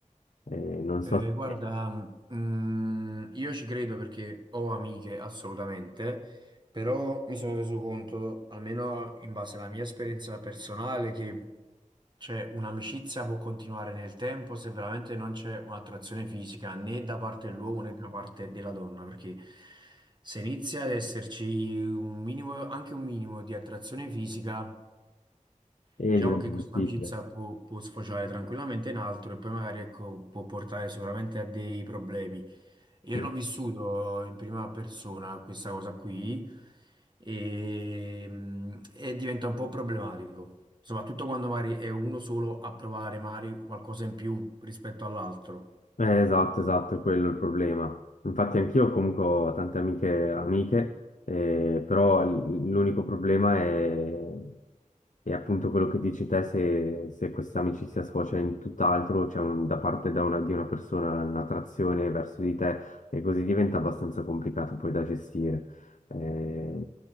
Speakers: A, on the left; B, on the right.
A: Eh, non so
B: Eh, guarda,
A: se...
B: mm, io ci credo perché ho amiche assolutamente, però mi sono reso conto, almeno in base alla mia esperienza personale, che cioè, un'amicizia può continuare nel tempo se veramente non c'è un'attrazione fisica né da parte dell'uomo né da parte della donna, perché se inizia ad esserci un minimo, anche un minimo di attrazione fisica
A: E
B: Diciamo
A: diventa
B: che questa
A: difficile.
B: amicizia può, può sfociare tranquillamente in altro e poi magari ecco, può portare sicuramente a dei problemi. Io
A: Mm.
B: l'ho vissuto in prima persona questa cosa qui e, mm, e diventa un po' problematico, soprattutto quando magari è uno solo a provare magari qualcosa in più rispetto all'altro.
A: Eh, esatto, esatto, è quello il problema. Infatti anch'io comunque ho tante amiche, amiche, eh, però l- l'unico problema è, è appunto quello che dici te, se, se questa amicizia sfocia in tutt'altro, c'è un- da parte da una- di una persona un'attrazione verso di te e così diventa abbastanza complicato poi da gestire. Eh,